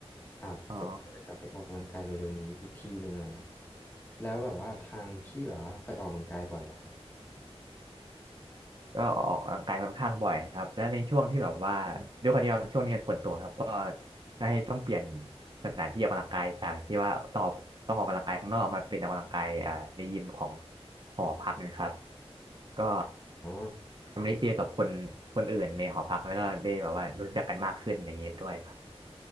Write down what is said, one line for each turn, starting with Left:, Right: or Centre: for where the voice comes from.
Left: อาจจะอาจจะกลับไปออกกำลังกายเร็วๆนี้อีกทีหนึ่งเลยครับ
Right: อ๋อ
Left: แล้วแบบว่าทางพี่แบบว่าไปออกกำลังกายบ่อยเหรอครับ
Right: ก็ออกกำลังกายค่อนข้างบ่อยครับแล้วในช่วงที่แบบว่าด้วยความที่ว่าช่วงนี้มันฝนตกครับก็ได้ต้องเปลี่ยนสถานที่ออกกำลังกายจากที่ว่าต้องออกต้องออกกำลังกายข้างนอกมาเป็นออกกำลังกายอ่าในยิมของหอพักนะครับก็
Left: อ๋อ
Right: ทำให้ได้เจอกับคนคนอื่นในหอพักแล้วก็ได้แบบว่ารู้จักกันมากขึ้นอย่างเงี้ยด้วยครับ